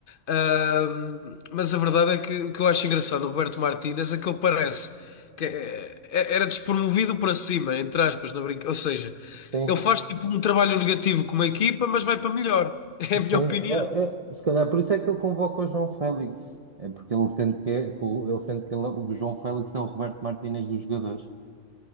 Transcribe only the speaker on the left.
Ahm, mas a verdade é que o que eu acho engraçado, o Roberto Martínez, é que ele parece que eh, eh, era despromovido para cima, entre aspas, na brinca... Ou seja,
ele faz tipo um trabalho negativo com uma equipa, mas vai para melhor. <laughs> É a
minha opinião.